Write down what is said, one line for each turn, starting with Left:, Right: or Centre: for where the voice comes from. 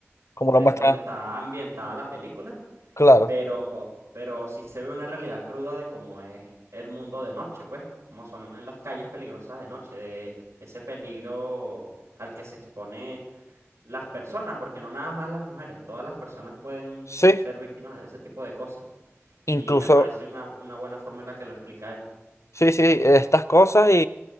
Left: Como
Right: desde
Left: lo muestra.
Right: donde está ambientada la película
Left: Claro.
Right: pero, pero sí se ve una realidad cruda de cómo es el mundo de noche, pues, cómo son en las calles peligrosas de noche, de ese peligro al que se expone las personas, porque no nada más las mujeres, todas las personas pueden
Left: Sí.
Right: ser víctimas de ese tipo de cosas. Y
Left: Incluso
Right: me parece una, una buena forma en la que lo explica él.
Left: Sí, sí, estas cosas y,